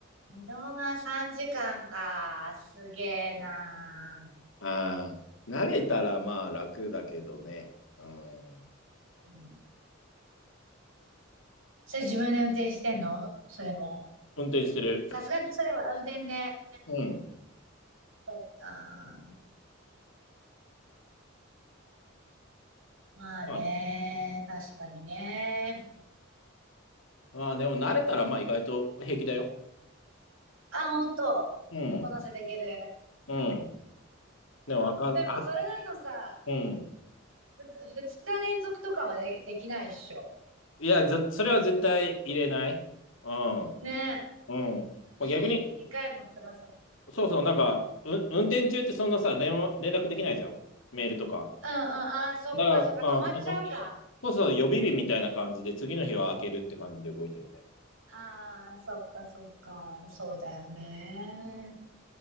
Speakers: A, on the right; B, on the left.
A: ん。移動が3時間かんか。すげえな
B: ああ、慣れたらまあ楽だけどね。うん。
A: ーうん。それ自分で運転してんのそれも。
B: 運転してる。
A: さすがにそれは運転で。
B: うん。
A: そっか。まあね、
B: まあ、
A: 確かにね。
B: まあでも慣れたらまあ意外と平気だよ。
A: あ、ほんと。
B: うん。
A: こなせていける。
B: うん。でもわかん、
A: でもそれだとさ、
B: あ、うん。
A: ふつ二日連続とかはで、できないっしょ。
B: いや、ぜそれは絶対入れない。うん。
A: ねえ。
B: うん。まあ、
A: 週に2回も辛さ。
B: 逆に、
A: うんう
B: そうそう、なんか、う、運転中ってそんなさ、連絡、連絡できないじゃん。メールとか。
A: ん。ああ、そっかそっか。
B: だから、まあ、
A: 止まっちゃうか。
B: その、そうそう、予備日みたいな感じで、次の日は開けるって感じで動いてるね。
A: ああ、そっかそっか。そうだよね。